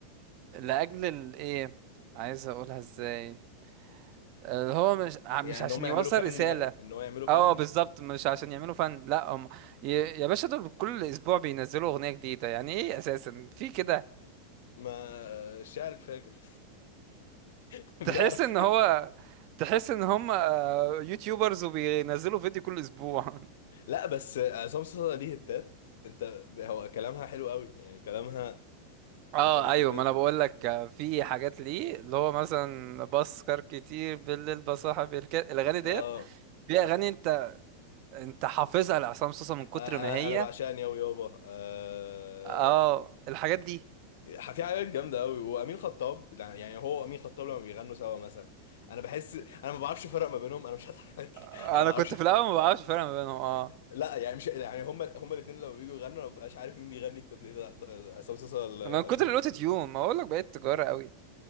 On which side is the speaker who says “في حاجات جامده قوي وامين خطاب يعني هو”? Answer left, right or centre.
Left